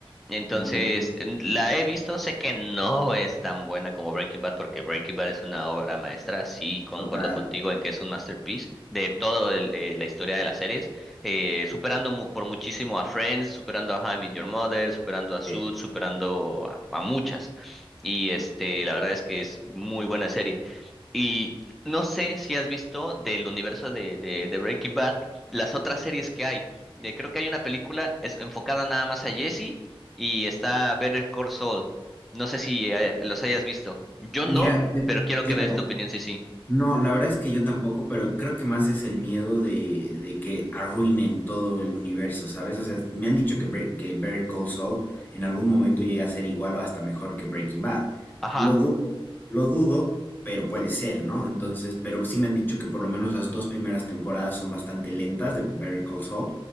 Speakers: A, in the centre; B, on the left.
A: Entonces,
B: Mm,
A: en- la he visto, sé que no es tan buena como Breaking Bad, porque Breaking Bad es una obra maestra, sí concuerdo
B: total.
A: contigo en que es un masterpiece de toda la historia de las series, eh, superando mu- por muchísimo a Friends, superando a How I Met Your Mother, superando a Suits,
B: Eh,
A: superando a, a muchas. Y este, la verdad es que es muy buena serie. Y no sé si has visto del universo de, de, de Breaking Bad las otras series que hay. Eh, creo que hay una película es enfocada nada más a Jesse y está Better Call Saul. No sé si eh, los hayas visto. Yo
B: Mira,
A: no,
B: me-
A: pero quiero
B: yo
A: que me
B: tampoco.
A: des tu opinión si sí.
B: No, la verdad es que yo tampoco, pero creo que más es el miedo de, de que arruinen todo el universo, ¿sabes? O sea, me han dicho que, Bre- que Better Call Saul en algún momento llega a ser igual o hasta mejor que Breaking Bad.
A: Ajá.
B: Lo dudo, lo dudo, pero puede ser, ¿no? Entonces, pero sí me han dicho que por lo menos las dos primeras temporadas son bastante lentas de Better Call Saul.